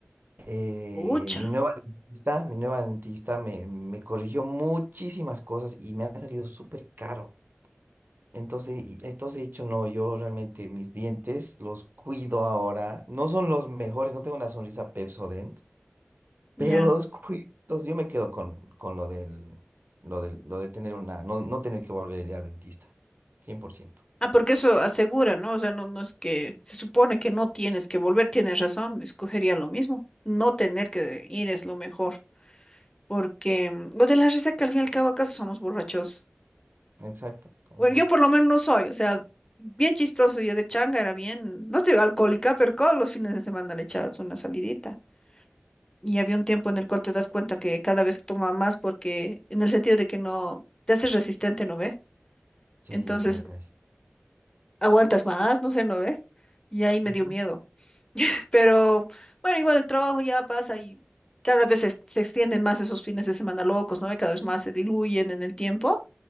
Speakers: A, on the right (about 55°); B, on the left (about 20°).
A: eh,
B: pucha,
A: mi nueva dentista, mi nueva dentista me, me corrigió muchísimas cosas y me ha salido súper caro. Entonces, y- entonces he dicho, no, yo realmente mis dientes los cuido ahora. No son los mejores, no tengo una sonrisa Pepsodent pero
B: ya.
A: los cuitos, yo me quedo con, con lo del, lo del, lo de tener una, no, no tener que volver a ir al dentista. cien por ciento
B: Ah, porque eso asegura, ¿no? O sea, no, no es que se supone que no tienes que volver, tienes razón, escogería lo mismo. No tener que ir es lo mejor, porque mm, lo de la risa que al fin y al cabo acaso somos borrachos.
A: Exacto,
B: Bueno,
A: exacto.
B: yo por lo menos no soy, o sea, bien chistoso, yo de changa era bien, no te digo alcohólica, pero todos los fines de semana le echabas una salidita. Y había un tiempo en el cual te das cuenta que cada vez toma más porque, en el sentido de que no, te haces resistente, ¿no ve?
A: Sí,
B: Entonces,
A: te agradezco.
B: aguantas más, no sé, ¿no ve? Y ahí me
A: Ujú,
B: dio miedo. Pero bueno, igual el trabajo ya pasa y cada vez se, se extienden más esos fines de semana locos, ¿no? Y cada vez más se diluyen en el tiempo.